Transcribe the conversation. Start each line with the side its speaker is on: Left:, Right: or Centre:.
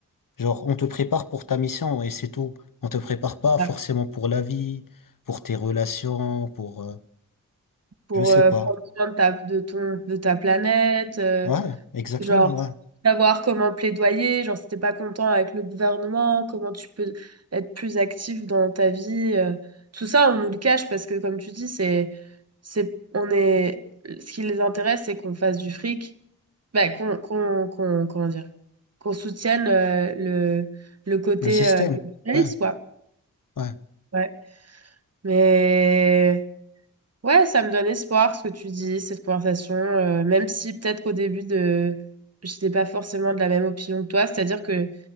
Left: genre, on te prépare pour ta mission et c'est tout. On te prépare pas
Right: Ouais.
Left: forcément pour la vie, pour tes relations, pour... euh,
Right: Pour
Left: je sais
Right: euh,
Left: pas.
Right: prendre soin de ta de ton de ta planète, euh,
Left: Ouais, exactement,
Right: Genre,
Left: ouais.
Right: savoir comment plaidoyer, genre si t'es pas content avec le gouvernement, comment tu peux être plus actif dans ta vie. euh, tout ça, on nous le cache parce que, comme tu dis, c'est, c'est, on est, ce qui les intéresse, c'est qu'on fasse du fric, bah, qu'on, qu'on, qu'on, comment dire, qu'on soutienne euh, le, le côté
Left: Le système,
Right: euh, capitaliste,
Left: ouais,
Right: quoi.
Left: ouais,
Right: Ouais. Mais Ouais, ça me donne espoir ce que tu dis, cette conversation, euh, même si peut-être qu'au début de j'étais pas forcément de la même opinion que toi, c'est-à-dire que